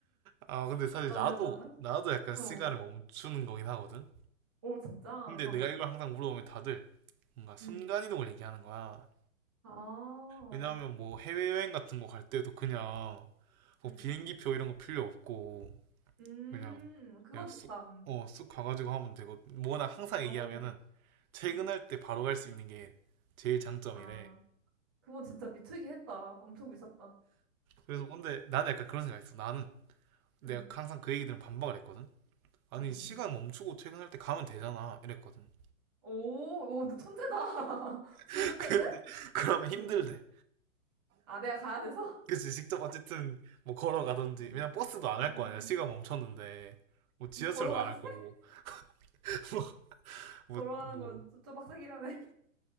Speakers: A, on the right; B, on the right.
A: 아, 근데 사실
B: 너는,
A: 나도,
B: 너는?
A: 나도 약간
B: 어.
A: 시간을 멈추는 거긴 하거든?
B: 오, 진짜?
A: 근데
B: 어.
A: 내가 이걸 항상 물어보면 다들 뭔가 순간이동을
B: 응.
A: 얘기하는 거야.
B: 아.
A: 왜냐하면 뭐 해외여행 같은 거 갈 때도 그냥 뭐
B: 음,
A: 비행기표 이런 거 필요 없고,
B: 음,
A: 그냥
B: 그건
A: 그냥 쑥,
B: 좋다. 음.
A: 어, 쑥 가가지고 하면 되고 뭐나 항상
B: 어,
A: 얘기하면은 퇴근할
B: 음, 음.
A: 때 바로 갈 수 있는 게 제일 장점이래.
B: 아, 그건 진짜 미치기 했다. 엄청 미쳤다.
A: 그래서 근데 나는 약간 그런 생각했어. 나는 내가
B: 음,
A: 항상 그 얘기들은 반박을 했거든. 아니
B: 음, 음,
A: 시간
B: 음.
A: 멈추고 퇴근할 때 가면 되잖아 이랬거든.
B: 오, 오, 너 천재다. <laughs> 진짜
A: <laughs>
B: 천재인데?
A: 근데 그러면 힘들대.
B: 음. 아, 내가 가야 돼서?
A: 그치 직접 어쨌든 뭐 걸어가든지
B: 음,
A: 왜냐면 버스도 안
B: 음.
A: 할 거 아니야 시간 멈췄는데 뭐 지하철도
B: 걸어가야
A: 안 할
B: 돼?
A: 거고
B: <laughs>
A: <laughs> 뭐
B: 걸어가는
A: 뭐
B: 건 좀, 좀 빡세긴 하네.